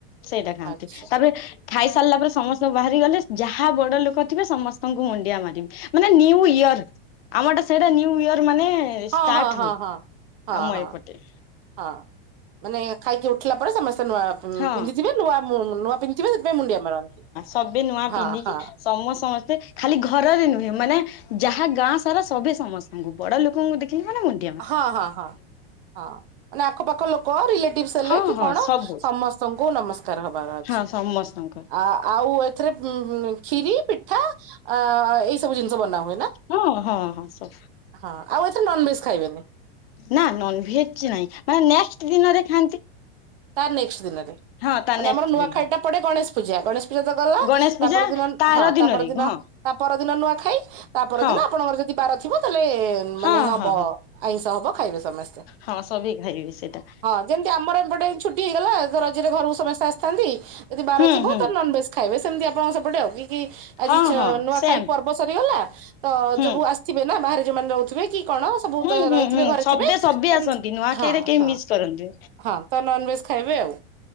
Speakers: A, on the left; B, on the right.
A: ସେଇଟା ଖାଆନ୍ତି
B: ଆଚ୍ଛା।
A: ତାପରେ ଖାଇ ସାରିଲା ପରେ ସମସ୍ତଙ୍କୁ ବାହାରି ଗଲେ ଯାହା ବଡ ଲୋକ ଥିବେ ସମସ୍ତଙ୍କୁ ମୁଣ୍ଡିଆ ମାରିବି। ମାନେ ନିୟୁ ଇୟର ଆମଟା ସେଇଟା ନିୟୁୂ ଇୟର ମାନେ
B: ହଁ
A: ଷ୍ଟାର୍ଟ
B: ହଁ ହଁ
A: ହୁଏ
B: ହଁ ହଁ
A: ଆମଏ
B: ହଁ
A: ପଟେ।
B: ହଁ ମାନେ ଖାଇକି ଉଠିଲା ପରେ ସମସ୍ତେ ନୂଆ
A: ହଁ
B: ପିନ୍ଧିଥିବେ ନୂଆ ନୂଆ ପିନ୍ଧଥିବେ ସେଥିପାଇଁ ମୁଣ୍ଡିଆ ମାରନ୍ତି।
A: ହବେ ନୂଆ
B: ହଁ
A: ପିନ୍ଧିକି
B: ହଁ
A: ସମସ୍ତଙ୍କ ମତେ ଖାଲି ଘରରେ ନୁହେଁ ମାନେ ଯାହା ଗାଁ ସାରା ସବେ ସମସ୍ତେ। ହୁଁ ଉ ବଡ ଲୋକଙ୍କୁ ଦେଖି ଯିବ ନା ମୁଁ ନୁ।
B: ହଁ ହଁ ହଁ ହଁ ମାନେ ଆଖପାଖ ଲୋକ ରିଲେ ଟିପ୍ ସି ହେଲେ
A: ହଁ
B: କି
A: ହଁ
B: କଣ
A: ସବୁ
B: ସମସ୍ତଙ୍କୁ ନମସ୍କାର ହବାର ଅଛି।
A: ହଁ ସମସ୍ତଙ୍କର।
B: ଆ ଆଉ ଏଥିରେ ଉଁ ଖିରି ପିଠା ଆ ଏଇସବୁ ଜିନିଷ ବନା ହୁଏ ନା
A: ହଁ ହଁ ହଁ ସବୁ
B: ହଁ ଆଉ ଏଥିରେ ନନଭେଜ୍ ଖାଇବେନି।
A: ନା ନନଭେଜ୍‌ ନାଇଁ ମାନେ ନେଷ୍ଟେ ଦିନରେ ଖାଆନ୍ତି।
B: ତା ନେଷ୍ଟେ ଦିନରେ
A: ହଁ ତା
B: ମାନେ
A: ନେକ୍ସଟ
B: ଆମର ନୂଆ
A: ଦିନରେ
B: ଖାଇ ଟା ପଡେ ଗଣେଶ ପୂଜା ଗଣେଶ ତାର ତ ଗଲା
A: ଗଣେଶ
B: ତା
A: ପୂଜା
B: ପର ଦିନ ହଁ
A: ଆର ଦିନରେ
B: ତା ପରଦିନ
A: ହଁ
B: ତା ପର ଦିନ ନୂଆ ଖାଇ। ତା ପରଦିନ
A: ହଁ
B: ଆପଣଙ୍କର ଯଦି ବାର ଥିବ ତାହଲେ ମାନେ
A: ହଁ
B: ହବ
A: ହଁ ହଁ
B: ଆଇଁଷ ହବ ଖାଇବେ ସମସ୍ତେ।
A: ହଁ ସବେ ଖାଇବେ ସେଇଟା
B: ହଁ ଯେମିତି ଆମର ଏପଟେ ଛୁଟି ହେଇଗଲା ରଜରେ ଘରକୁ ସମସ୍ତେ ଆସିଥାନ୍ତି ଯଦି ବାର
A: ହୁଁ
B: ଥିବ
A: ହୁଁ
B: ତ ଲ ବେସ୍ ଖାଇବେ ସେମିତି ଆପଣଙ୍କ ସେପଟେ ଆଉ କି ଆଜି
A: ହଁ ହଁ
B: ନୂଆ
A: ସେମ୍
B: ଖାଇ ପର୍ ବ ସରିଗଲା ତ
A: ହୁଁ
B: ଯବୁ ଆସିଥିବେ ନା ବାହାରେ ଯୋଉମାନେ ରହୁଥିବେ କି କଣ ସବୁ
A: ହୁଁ
B: ତ
A: ହୁଁ
B: ରହିଥିବେ
A: ହୁଁ
B: ଘରେ
A: ସବେ
B: ଥିବେ
A: ସବେ
B: ତ
A: ଆସନ୍ତି ନୂଆଖାଇରେ
B: ହଁ
A: କେହି
B: ହଁ
A: ମିସ୍ କରନ୍ତି
B: ହଁ। ତ ନନ୍‌ଭେଜ୍‌ ଖାଇବେ ଆଉ।